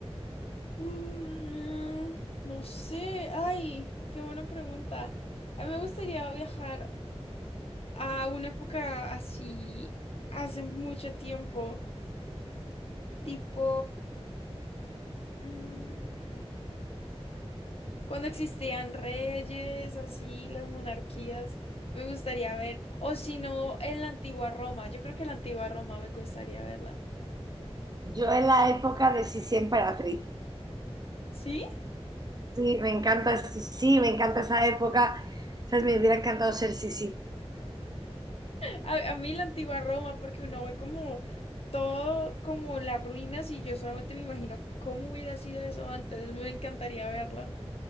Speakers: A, on the left; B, on the right.
A: Mm, no sé, ay, qué buena pregunta. A mí me gustaría viajar a una época así, hace mucho tiempo, tipo, mm, cuando existían reyes, así, las monarquías, me gustaría ver, o si no, en la antigua Roma, yo creo que la antigua Roma me gustaría verla.
B: Yo en la época de Sisi Emperatriz.
A: ¿Sí?
B: Sí, me encanta Sisi, me encanta esa época. ¿Sabes? Me hubiera encantado ser Sisi.
A: A, a mí la antigua Roma, porque uno ve como todo, como las ruinas, y yo solamente me imagino cómo hubiera sido eso antes. Me encantaría verlo.